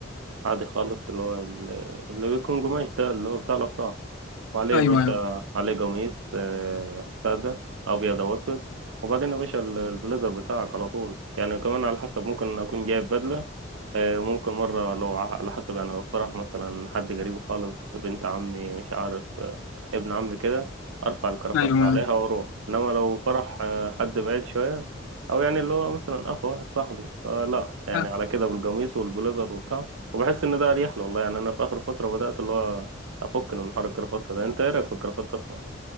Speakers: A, on the right; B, on the left.
A: عادي خالص اللي هو ال- اللي بيكون قماش ده اللي هو بتاع الأفراح وعليه
B: ايوه
A: يا باشا
B: ايوه
A: عليه قميص آه، سادة أبيض أو أسود وبعدين يا باشا ال- البليزر بتاعك على طول يعني كمان على حسب ممكن أكون جايب بدلة آه، ممكن مرة لو ع- على حسب يعني لو فرح مثلا حد قريب خالص بنت عمي مش عارف آه، ابن عمي كده أرفع الكرافطة
B: ايوه
A: عليها وأروح إنما لو فرح آه، حد بعيد شوية أو يعني اللي هو مثلا أخ واحد صاحبي فلا يعني
B: <laughs>
A: على كده بالقميص والبليزر وبتاع وبحس إن ده أريح له والله يعني أنا في آخر فترة بدأت اللي هو أفك من حوار الكرافطة ده أنت إيه رأيك في الكرافطة أصلا؟